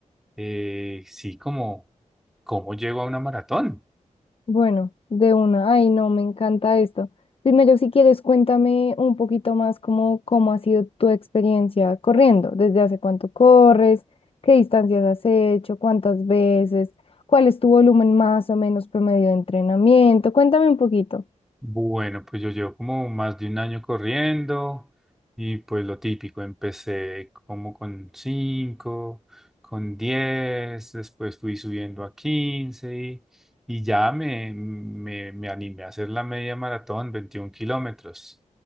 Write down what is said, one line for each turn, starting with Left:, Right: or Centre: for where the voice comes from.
Centre: eh, sí, como, cómo llego a una maratón.
Left: Bueno, de una, ay, no, me encanta esto. Primero, si quieres, cuéntame un poquito más cómo, cómo ha sido tu experiencia corriendo, desde hace cuánto corres, qué distancias has hecho, cuántas veces, cuál es tu volumen más o menos promedio de entrenamiento, cuéntame un poquito.
Centre: Bueno, pues yo llevo como más de un año corriendo y pues lo típico, empecé como con 5, con 10, después fui subiendo a 15 y, y ya me, me, me animé a hacer la media maratón, 21 kilómetros.